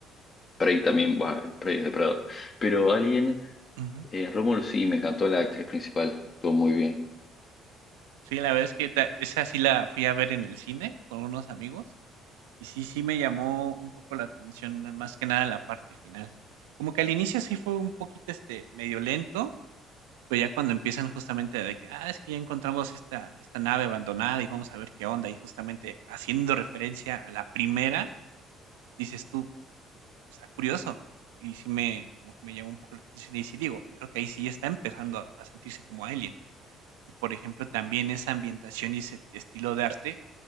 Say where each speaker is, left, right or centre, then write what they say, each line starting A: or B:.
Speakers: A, on the left (about 35°); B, on the right (about 70°).
A: Prey también, va, el Prey es de Predator. Pero Alien,
B: Ujú.
A: eh, Romulus sí, me encantó la actriz principal, estuvo muy bien.
B: Sí, la verdad es que ta esa sí la fui a ver en el cine con unos amigos, y sí, sí me llamó un poco la atención, más que nada la parte final. Como que al inicio sí fue un poquito, este, medio lento, pero ya cuando empiezan justamente de que: "Ah, es que ya encontramos esta esta nave abandonada y vamos a ver qué onda", y justamente haciendo referencia a la primera, dices tú: "Está curioso". Y sí me como que me llamó un poco la atención y sí digo, creo que ahí sí ya está empezando a a sentirse como Alien. Y, por ejemplo, también esa ambientación y ese estilo de arte